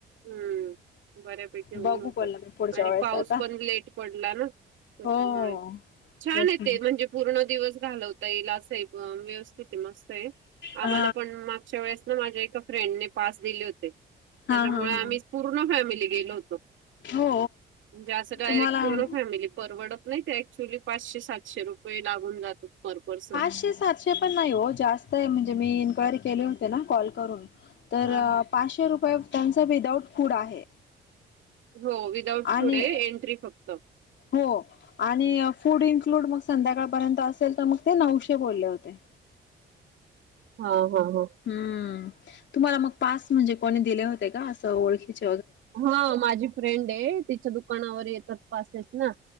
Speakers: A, on the right; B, on the left.
A: हम्म, बऱ्यापैकी ऊन
B: बघू
A: होत.
B: पण मी पुढच्या
A: आणि
B: वेळेस
A: पाऊस
B: आता
A: पण लेट पडला ना त्याच्यामुळे
B: हो
A: छान
B: तेच
A: आहे
B: ना
A: ते म्हणजे पूर्णा दिवस घलता येईल असे हे व्यवस्थित हे, मस्त आहे आम्हाला
B: हा
A: पण मागच्या वेळेस ना माझ्या एका फ्रेंडने पास दिले होते. त्याच्यामुळे
B: हा हा हा
A: आम्ही पूर्ण फॅमिली गेलो होतो.
B: हो
A: म्हणजे अस डायरेक्ट
B: तुम्हाला
A: पूर्ण फॅमिली परवडत नाही त्या चुली पाचशे सातशे रुपये लागून जातात पर पर्सन.
B: विशे सात <unintelligible> सातशे पण नाही हो जास्त आहे म्हणजे मी इन्क्वायरी केले होते ना कॉल करून तर
A: हा हा
B: पाचशे रुपये त्यांचं विदाउट फूड आहे.
A: हो विदाउट
B: आणि
A: फुड आहे एंट्री फक्त
B: हो आणि फूड इन्क्लूड मग संध्याकाळपर्यंत असेल तर मग ते नऊशे बोलले होते.
A: हा हा हा.
B: हम्म, तुम्हाला मग पास म्हणजे कोणी दिले होते का अस ओळखिचे?
A: हा माझी फ्रेंड आहे तिच्या दुकानावर येतात पासेस ना